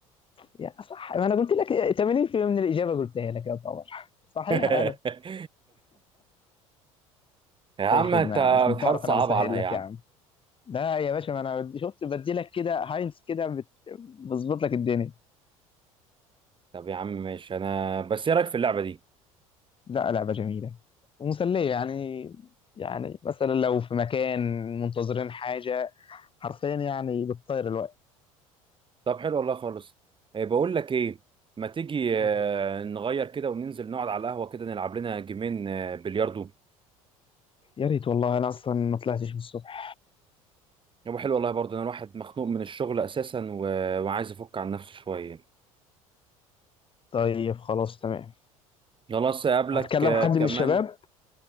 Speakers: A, on the left; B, on the right.
A: يعني صح ما أنا قلت لك 80% من الإجابة قلتها لك يا طبعا صحيح
B: <laughs>
A: أنا
B: يا عم
A: أي خدمة
B: انت
A: يا عم عشان
B: بتحاول
A: تعرف
B: تصعب
A: أنا بسهل
B: عليها يا
A: لك
B: عم
A: يا عم لا يا باشا ما أنا شفت بدي لك كده هاينس كده بت... بظبط لك الدنيا
B: طب يا عم ماشي انا بس ايه رايك في اللعبه دي
A: لا لعبة جميلة ومسلية يعني يعني مثلا لو في مكان منتظرين حاجة حرفيا يعني بتطير الوقت
B: طب حلو والله خالص آه، بقول لك ايه ما تيجي آه،
A: قول لي
B: نغير كده وننزل نقعد على القهوه كده نلعب لنا جيمين آه، بلياردو
A: يا ريت والله أنا أصلا ما طلعتش من الصبح
B: يبقى حلو والله برضه انا الواحد مخنوق من الشغل اساسا و... وعايز افك عن نفسه شويه
A: طيب خلاص تمام
B: خلاص اقابلك
A: هتكلم
B: آه،
A: حد
B: كمان
A: من الشباب